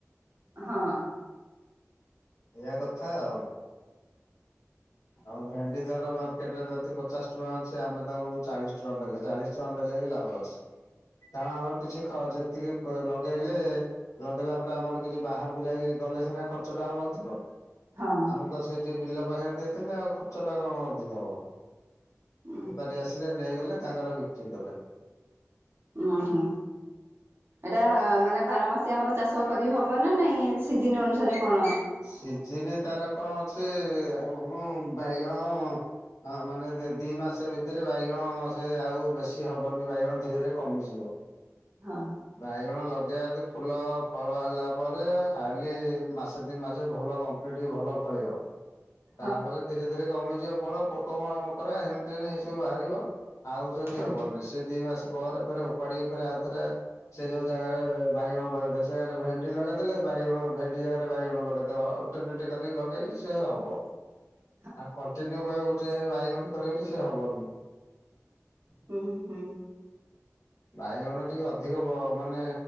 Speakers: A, on the right; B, on the left.
A: ହଁ।
B: ଏଇଆ କଥା ଆଉ। ଆଉ ଭେଣ୍ଡି ତାର ମାର୍କେଟ ରେ ଯଦି ପଚାଶ ଟଙ୍କା ଅଛି ଆମେ ତାଙ୍କୁ ଚାଳିଶ ଛୁଆ ନେଲେଚାଳିଶ ଟଙ୍କା ନେଲେ ବି ଲାଭ ଅଛି କାରଣ ଆମର କିଛି ଯେତିକି ଲଗେଇ ହେଲେ ଲଗେଇଲା ପରେ ଆମର କିଛି ବାହାରକୁ ଯାଇକି ଗଲେ ସିନା ଖର୍ଚ୍ଚ ଟା ହବ ଅଧିକ।
A: ହଁ।
B: ମୁ ତ ସେଇଠି ବିଲ ପାଖରେ ଦେଇଥିଲେ ଖର୍ଚ୍ଚ ଟା କଣ ଅଧିକ ହଵ।
A: ହଁ
B: ବେପାରୀ ଆସିଲେ ନେଇଗଲେ ତାଙ୍କର ବିକ୍ରି କଲେ।
A: ଓ ହୋ। ଏଇଟା ମାନେ ବାର ମାସି ଆମର ଚାଷ କରି ହବ ନା ନାଇଁ ସିଜିିନ ଅନୁସାରେ କଣ।
B: ସିଝିନି ତାର କଣ ଅଛି ଆଉ ମୁଁ ବାଇଗଣ ହଁ ମାନେ <unintelligible> ଦି ମାସ ଭିତରେ ବାଇଗଣ ସେ ଆଉ ବେଶୀ ହବନି ବାଇଗଣ ଧୀରେ ଧୀରେ କମିଯିବ।
A: ହଁ।
B: ବାଇଗଣ ଲଗେଇବାତ ଫୁଲ ଫଳ ହେଲା ପରେ ଖାଲି ମାସେ ଦିନି ମାସେ ଭଲ କମ୍। ଟିକେ ଟିକେ ଭଲ ଫଳିବ।
A: ହ <unintelligible>
B: ତାପରେ ଧୀରେ ଧୀରେ କମିଯିବ ଫଳ ପୋକରା ମକରା ହେନ ଟେନଏସବୁ ବାହାରିବ। ଆଉ ସେମିତି
A: ହୁଁ
B: ହବନି ସେ ଦି ମାସ ପରେ ଉପାଡିକି ଫରେ ଆଉ ଥରେ ସେ ଯୋଉ ଜାଗାରେ ବାଇଗଣ ଲଗେଇ ସେ ଜାଗାରେ ଭେଣ୍ଡି ଲଗେଇ ଦେଲେ ବାଇଗଣ ଭେଣ୍ଡି ଜାଗାରେ ବାଇଗଣ ଲଗେଇ ଦବ। ଏମିତି କରିକିଲଗେଇଲେ ସେ ହବ।
A: <unintelligible>
B: ଆଉ କଣ୍ଟିନ୍ୟୁ କହିବ ଗୋଟେ ଜାଗାରେ ବାଇଗଣ କରିବ ବୋଲି ସେ ହବନି।
A: ହୁଁ ହୁଁ।
B: ବାଇଗଣ ଟିକେ ଅଧିକ ମାନେ